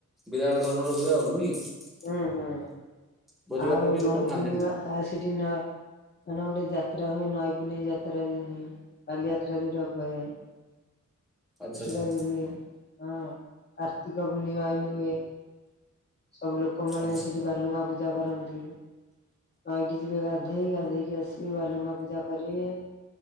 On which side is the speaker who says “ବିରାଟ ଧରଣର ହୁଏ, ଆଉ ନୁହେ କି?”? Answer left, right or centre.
Centre